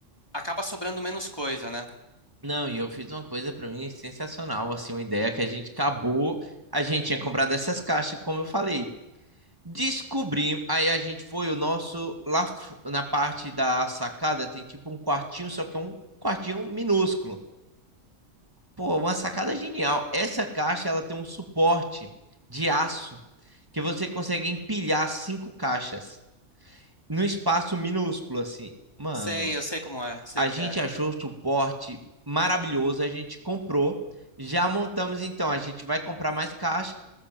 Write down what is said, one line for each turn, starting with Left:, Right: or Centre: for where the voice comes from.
Left: acaba sobrando menos coisa, né?
Right: Não, e eu fiz uma coisa para mim sensacional, assim, uma ideia que a gente acabou, a gente tinha comprado essas caixas, como eu falei, Descobrimos, aí a gente foi, o nosso, lá na parte da sacada tem tipo um quartinho, só que é um quartinho minúsculo. Pô, uma sacada genial. Essa caixa, ela tem um suporte de aço que você consegue empilhar cinco caixas num espaço minúsculo, assim. Mano,
Left: Sei, eu sei como é, sei
Right: a
Left: o
Right: gente
Left: que é,
Right: achou o suporte maravilhoso, a gente comprou, já montamos então, a gente vai comprar mais caixa